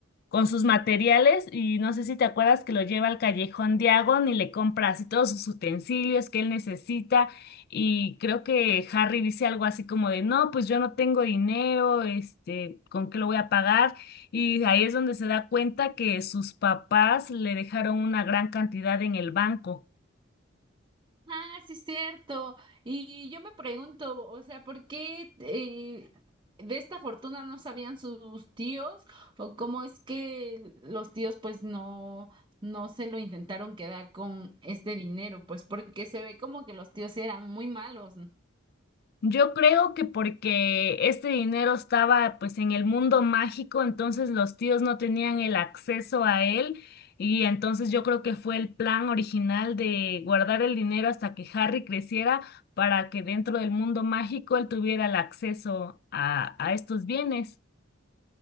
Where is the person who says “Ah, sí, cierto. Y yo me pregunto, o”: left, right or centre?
Right